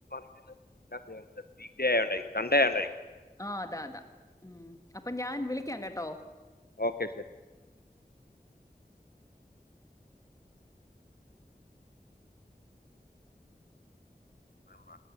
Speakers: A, on the left; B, on the left.
A: <unintelligible> സൺഡേ ഞാൻ ഉണ്ടായി
B: ആഹ് അതാ അതാ ഉം അപ്പൊ ഞാൻ വിളിക്കാം കെട്ടോ
A: ഓക്കേ ശരി ഇപ്പോഴും